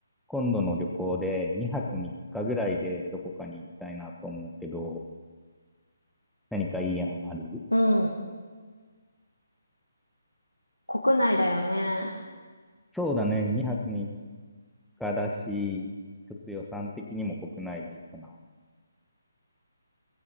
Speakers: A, in the centre; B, on the left.
A: 今度の旅行で2泊3日ぐらいでどこかに行きたいなと思うけど、何かいい案ある
B: うん。国内だよね。
A: そうだね、2泊3日だし、ちょっと予算的にも国内がいいかな。